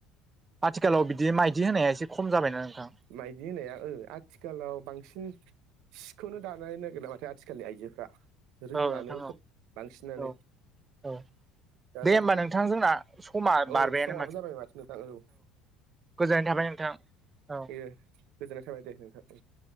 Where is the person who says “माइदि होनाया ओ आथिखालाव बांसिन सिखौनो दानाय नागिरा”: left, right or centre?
Right